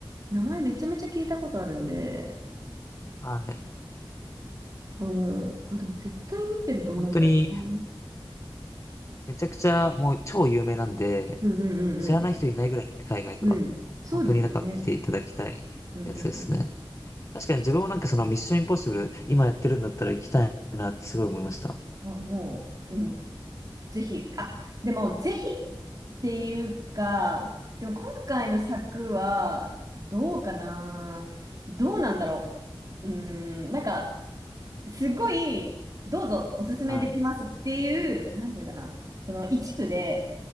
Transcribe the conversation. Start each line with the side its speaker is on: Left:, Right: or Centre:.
Right: 名前めちゃめちゃ聞いたことあるんで、
Left: はい。
Right: うん、あ、でも絶対見てると思うんだよな。
Left: 本当に、
Right: うん
Left: めちゃくちゃ、もう超有名なんで、
Right: うん
Left: 知らない人いないぐらいなんで、
Right: うん
Left: 海外では。
Right: うん。うん、そうですよね。
Left: 本当になんか見ていただきたいやつですね。
Right: うんうんうん。
Left: 確かに自分もなんかそのミッションインポッシブル、今やってるんだったら行きたいなってすごい思いました。
Right: あ、もう、うん、ぜひ、あ、でも、ぜひっていうか、でも今回の作は、どうかなどうなんだろう。うーん、なんか、すごい、どうぞおすすめできますっていう、
Left: はい。
Right: なんていうかな、その一部で、